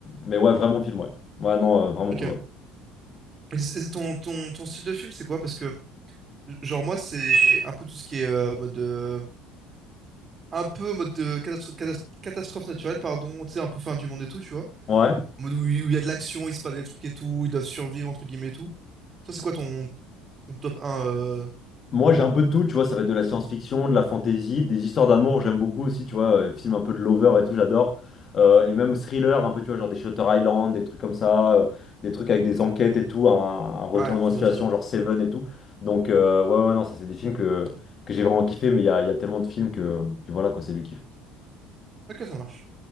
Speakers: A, on the left; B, on the right.
A: mais ouais, vraiment film, ouais. Ouais, non, euh, vraiment
B: ok.
A: cool, ouais.
B: Et c'est- c'est ton, ton, ton style de film, c'est quoi? Parce que, genre, moi, c'est un peu tout ce qui est euh, mode... euh, un peu mode de catastro- catas- catastrophe naturelle, pardon, tu sais, un peu fin du monde et tout, tu vois.
A: Ouais.
B: En mode où il où il y a de l'action, il se passe des trucs et tout, ils doivent survivre, entre guillemets, et tout. Ça, c'est quoi ton, ton top un euh,
A: Moi, j'ai un peu de tout, tu vois, ça va être de la science-fiction, de la fantasy, des histoires d'amour, j'aime beaucoup aussi, tu vois, euh, film un peu de lover et tout, j'adore. Euh, et même thriller, un peu, tu vois, genre des Shutter Island, des trucs comme ça, euh, des trucs avec des enquêtes et tout, un, un retournement
B: Ouais, c'est
A: de situation,
B: bien ça.
A: genre Seven et tout. Donc, euh, ouais, ouais, non, ça, c'est des films que, que j'ai vraiment kiffé, mais il y a, il y a tellement de films que, que voilà, quoi, c'est du kiff.
B: Ok, ça marche.